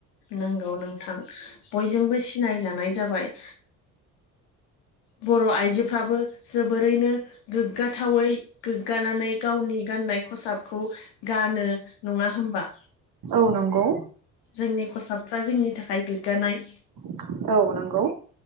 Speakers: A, on the left; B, on the right.
A: नंगौ नोंथां बयजोंबो सिनायजानाय जाबाय बर' आइजोफ्राबो जोबोरैनो गोग्गाथावै गोग्गानानै गावनि गाननाय खसाबखौ गानो नङा होमबा
B: औ नंगौ
A: जोंनि खसाबफ्रा जोंनि थाखाय गोग्गानाय
B: औ नंगौ